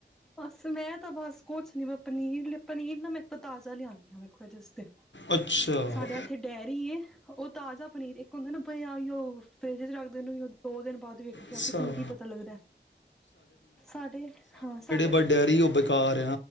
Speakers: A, in the centre; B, on the left (about 80°).
A: ਬਸ ਮੈਂ ਤਾਂ ਬਸ ਕੁਛ ਨੀ ਬ ਪਨੀਰ ਲ ਪਨੀਰ ਨਾ ਮੈਂ ਇੱਕ ਤਾਂ ਤਾਜ਼ਾ ਲਿਆਦੀ ਹਾਂ ਵੇਖੋ ਜਿਸਤੇ
B: ਅੱਛਾ
A: ਸਾਡੇ ਇੱਥੇ ਡੇਅਰੀ ਏ ਉਹ ਤਾਜ਼ਾ ਪਨੀਰ ਇੱਕ ਹੁੰਦਾ ਨਾ ਭਿਆ ਉਹ ਫਰਿਜ ਚ ਰੱਖਦੇ ਨ ਦੋ ਦਿਨ ਬਾਅਦ ਵੇਖ ਗਿਆ
B: ਸਾ
A: ਕਿ ਤੁਾਨੂੰ ਕੀ ਪਤਾ ਲੱਗਦਾ ਸਾਡੇ ਹਾਂ ਇੱਥੇ
B: ਵੱ ਡਿਆਰੀ ਉਹ ਬੇਕਾਰ ਹੈ।